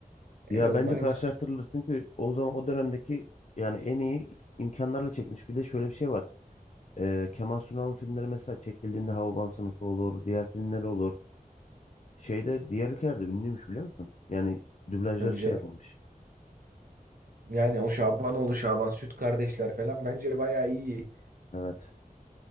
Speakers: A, on the right; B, on the left.
A: en
B: Ya
A: azından
B: bence karşılaştırılır
A: insan
B: çünkü o zaman o dönemdeki yani en iyi imkanlarla çekilmiş. Bir de şöyle bir şey var. Ee, Kemal Sunal'ın filmleri mesela çekildiğinde Havaban Sınıfı olur, diğer filmler olur. Şeyde diğer ülkelerde ünlüymüş biliyor musun? Yani dublajları
A: tabii
B: şey
A: canım.
B: yapılmış.
A: Yani o Şabanoğlu Şaban Süt kardeşler falan bence bayağı iyi.
B: Evet.